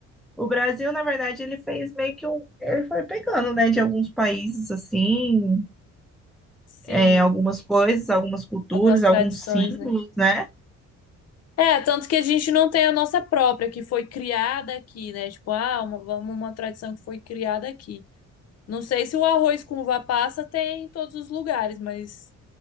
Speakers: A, in the centre; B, on the left.
A: o Brasil, na verdade, ele fez meio que um, ele foi pegando, né, de alguns países assim,
B: Sim.
A: é, algumas coisas, algumas culturas,
B: Algumas tradições,
A: alguns símbolos,
B: né?
A: né?
B: É, tanto que a gente não tem a nossa própria, que foi criada aqui, né? Tipo, ah, uma- vamos uma tradição que foi criada aqui. Não sei se o arroz com uva passa tem em todos os lugares, mas